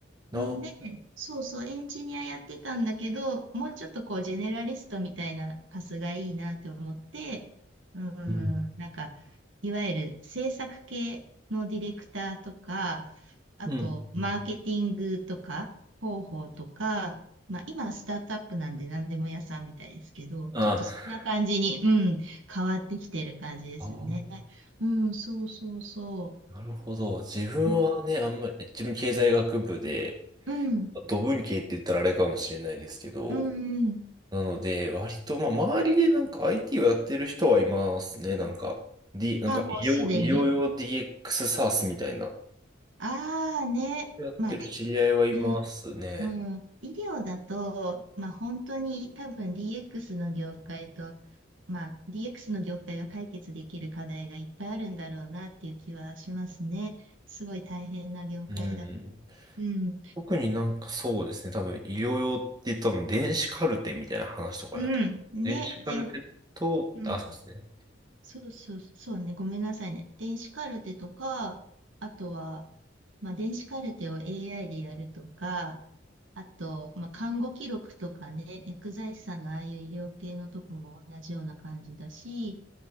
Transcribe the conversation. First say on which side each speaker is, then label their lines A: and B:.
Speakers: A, on the right (about 20°); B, on the right (about 80°).
A: あ、
B: んで、そうそう、エンジニアやってたんだけど、もうちょっとこう、ジェネラリストみたいなパスがいいなと思って、うん、
A: うん。
B: なんか、いわゆる制作系のディレクターとか、あと、
A: うん。
B: マーケティングとか、
A: うん
B: 広報とか、まあ、今、スタートアップなんで何でも屋さんみたいですけど、
A: あ
B: ちょっとそんな感じに、うん、変わってきてる感じですね。
A: あ
B: うん、そうそうそ
A: ー、なるほど。自分はね、
B: う。うん、
A: あんまり、自分経済学部で、
B: うん、
A: ド文系って言ったらあれかもしれないですけど、
B: うん。うん
A: なので、割と、まあ、周りでなんか IT をやってる人はいますね。なんか、D、なんか医療、
B: あ、もうすでに。
A: 医療用 DX サースみたいな、
B: ああね、
A: やってる知り合いはいますね。
B: まあ、いうん、うん、医療だと、まあ本当に多分 DX の業界と、まあ DX の業界が解決できる課題がいっぱいあるんだろうなっていう気はしますね。すごい大変な業界だ。
A: うん。
B: うん、
A: 特になんかそうですね。多分、医療用って言うと多分、電子カルテみたいな話とかになってくる。
B: うん、ね、
A: 電子カルテと、
B: で、うん、
A: あ、そうですね。
B: そうそう、そうね。ごめんなさいね。電子カルテとか、あとは、まあ、電子カルテを AI でやるとか、あと、まあ、看護記録とかね、薬剤師さんのああいう医療系のとこも同じような感じだし、